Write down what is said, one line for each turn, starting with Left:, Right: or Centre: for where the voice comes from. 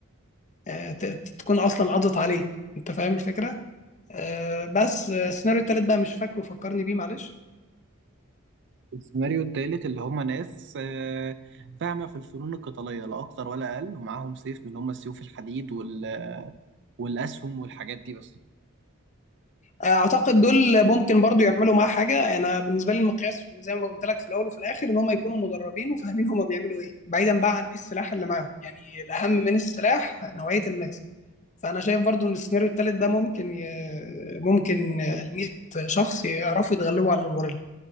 Left: آه، ت- ت- تكون اصلا قضت عليه انت فاهم الفكره آه، بس آه، السيناريو التالت بقى مش فاكره فكرني بيه معلش
Right: السيناريو التالت اللي هم ناس آه، فاهمه في الفنون القتاليه لا اكتر ولا اقل ومعاهم سيف من اللي هم السيوف الحديد وال والاسهم والحاجات دي بس
Left: اعتقد دول ممكن برضو يعملوا معاه حاجه انا بالنسبه لي المقياس زي ما قلت لك في الاول وفي الاخر ان هم يكونوا مدربين وفاهمين هم بيعملوا ايه بعيدا بقى عن ايه السلاح اللي معاهم يعني الاهم من السلاح نوعيه الناس فانا شايف برضو ان السيناريو الثالث ده ممكن ي... ممكن ال 100 شخص يعرفوا يتغلبوا على الغوريلا